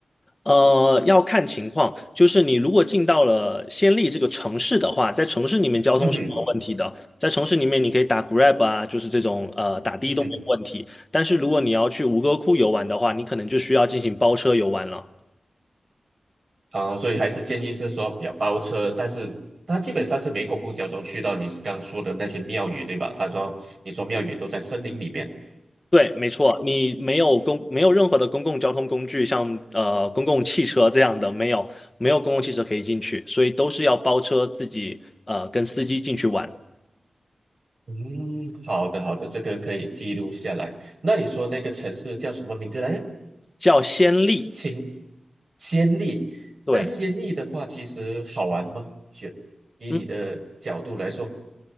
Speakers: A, on the left; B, on the right.
A: 呃，要看情况，就是你如果进到了暹粒这个城市的话，在城市里面交通是没有问题的，
B: 嗯哼，
A: 在城市里面你可以打 Grab 啊，就是这种呃打的都没有问题。
B: 嗯哼。
A: 但是如果你要去吴哥窟游玩的话，你可能就需要进行包车游玩了。
B: 啊，所以还是建议是说比较包车，但是它基本上是没公共交通去到你刚说的那些庙宇，对吧？他说你说庙宇都在森林里边。
A: 对，没错，你没有公没有任何的公共交通工具，像呃公共汽车这样的，没有没有公共汽车可以进去，所以都是要包车自己呃跟司机进去玩，
B: 嗯，好的好的，这个可以记录下来。那你说那个城市叫什么名字来着？
A: 叫暹粒。
B: 清暹粒。
A: 对。
B: 那暹粒的话，其实好玩吗？选以你的角度来说，
A: 嗯。